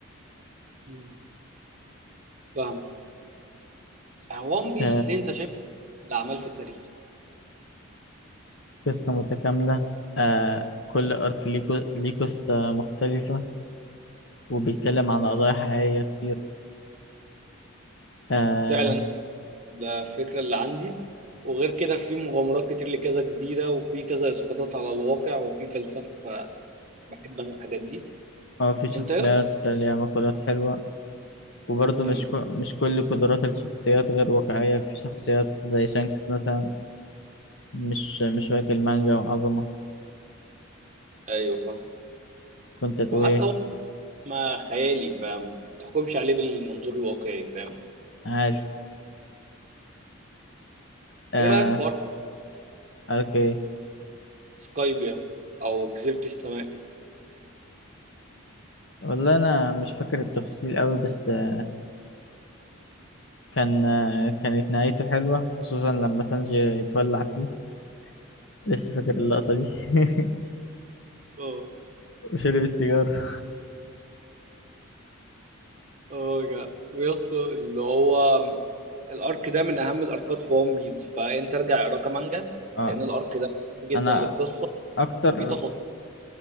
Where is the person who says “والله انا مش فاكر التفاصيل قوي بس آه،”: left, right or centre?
Left